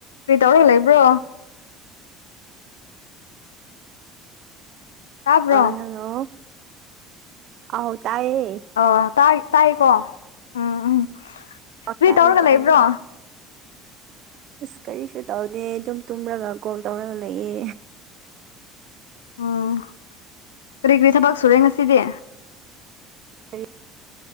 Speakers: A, on the left; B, on the right.
A: ꯀꯩ ꯇꯧꯔꯒ ꯂꯩꯕ꯭ꯔꯣ ꯇꯥꯕ꯭ꯔꯣ
B: ꯍꯦꯜꯂꯣ ꯑꯥꯎ ꯇꯥꯏꯌꯦ
A: ꯑ ꯇꯥꯏ ꯇꯥꯏꯀꯣ ꯎꯝ ꯎꯝ ꯀꯔꯤ
B: ꯇꯥꯢ
A: ꯇꯧꯔꯒ
B: ꯇꯥꯢ
A: ꯂꯩꯕ꯭ꯔꯣ
B: ꯑꯁ ꯀꯔꯤꯁꯨ ꯇꯧꯗꯦ ꯑꯗꯨꯝ ꯇꯨꯝꯔꯒ ꯀꯣꯜ ꯇꯧꯔꯒ ꯂꯩꯌꯦ
A: ꯎꯝ ꯀꯔꯤ ꯀꯔꯤ ꯊꯕꯛ ꯁꯨꯔꯦ ꯉꯁꯤꯗꯤ
B: ꯀꯔꯤ